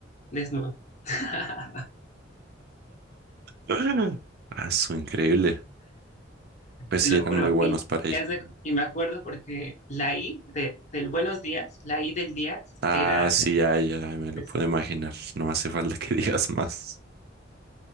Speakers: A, on the left; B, on the right.
A: desnudo, <laughs>
B: <laughs> Ah, su increíble. Pues
A: te
B: sí,
A: lo
B: eran
A: juro.
B: muy buenos
A: Y,
B: para
A: y
B: ella.
A: haz de- y me acuerdo porque la I de, del buenos días, la I del día
B: Ah,
A: era
B: sí, ya, ya, me lo
A: pues,
B: puedo imaginar. No hace falta que digas más.